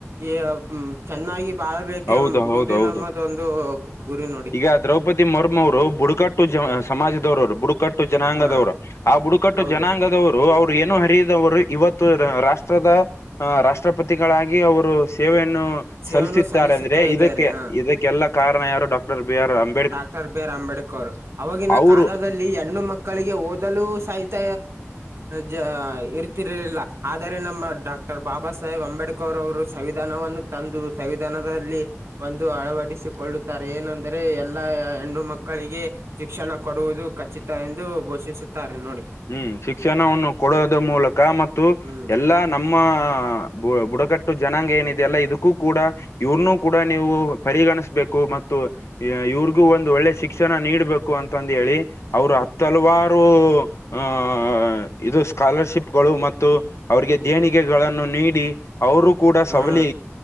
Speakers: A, on the right (about 60°); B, on the left (about 65°).
A: ಈ ಚೆನ್ನಾಗಿ ಬಾಳಬೇಕೆಂದು
B: ಹೌದು
A: ಎಂಬುದೇ
B: ಹೌದು ಹೌದು
A: ನಮ್ಮದ ಒಂದು ಗುರಿ ನೋಡಿ.
B: ಈಗ ದ್ರೌಪದಿ ಮುರ್ಮು ಅವರು ಬುಡಕಟ್ಟು ಜ ಸಮಾಜದವರವರು ಬುಡ ಬುಡುಕಟ್ಟು ಜನಾಂಗದವರು
A: ಹಾ
B: ಆ ಬುಡುಕಟ್ಟು
A: ಹೌದು
B: ಜನಾಂಗದವ್ರು ಅವರು ಏನು ಹರಿದವರು ಇವತ್ತು ರಾಷ್ಟ್ರದ. ಆಹ ರಾಷ್ಟ್ರಪತಿಗಳಾಗಿ ಅವರು ಸೇವೆಯನ್ನು.
A: <unintelligible>
B: ಸಲ್ಲಿಸಿದ್ದಾರೆ ಅಂದ್ರೆ
A: ಇದ್ದಾರೆ
B: ಇದಕ್ಕೆ
A: ಹ
B: ಇದಕ್ಕೆಲ್ಲ ಕಾರಣ ಯಾರು ಡಾಕ್ಟರ್ ಬಿ ಆರ್ ಅಂಬ
A: ಡಾಕ್ಟರ್ ಬಿ ಆರ್ ಅಂಬೇಡ್ಕರ್ ಅವಾಗಿನ್ನ
B: ಅವರು
A: ಕಾಲದ ಹೆಣ್ಣು ಮಕ್ಕಳಿಗೆ ಓದಲು ಸಹಿತ ಜ ಇರ್ತಿರಲಿಲ್ಲ ಆದರೆ ನಮ್ಮ ಡಾಕ್ಟರ್ ಬಾಬಾ ಸಾಹೇಬ್ ಅಂಬೇಡ್ಕರ್ ಅವರು ಸಂವಿಧಾನವನ್ನು. ತಂದು ಸಂವಿಧಾನದಲ್ಲಿ ಒಂದು ಅಳವಡಿಸಿಕೊಳ್ಳುತ್ತಾರೆ ಏನೆಂದರೆ ಎ ಎಲ್ಲ ಹೆಣ್ಣು ಮಕ್ಕಳಿಗೆ ಶಿಕ್ಷಣ ಕೊಡುವುದು ಖಚಿತ ಎಂದು ಘೋಷಿಸುತ್ತಾರೆ ನೋಡಿ.
B: ಹ್ಮ್ ಶಿಕ್ಷಣವನ್ನು ಕೊಡೋದ ಮೂಲಕ ಮತ್ತು
A: ಹ್ಮ್
B: ಎಲ್ಲಾ. ನಮ್ಮ ಬು ಬುಡಕಟ್ಟು ಜನಾಂಗ ಏನಿದೆೆಯಲ್ಲ ಇದಕ್ಕೂ ಕೂಡ. ಇವ್ರನ್ನು ಕೂಡ ನೀವು ಪರಿಗಣಿಸಬೇಕು ಮತ್ತು ಇವ್ರ- ಗು ಒಂದು ಒಳ್ಳೆ ಶಿಕ್ಷಣ ನೀಬೇಕು ಅಂತಂದ ಹೇಳಿ ಅವರು ಹತ್ ಹಲ್ವಾರು. ಆಹ ಇದು ಸ್ಕಾಲರ್ಶಿಪ್ಗಳು ಮತ್ತು ಅವ್ರಿಗೆ ದೇಣಿಗೆಗಳನ್ನು ನೀಡಿ. ಅವರು ಕೂಡ
A: ಹ್ಮ್
B: ಸಬಲೀ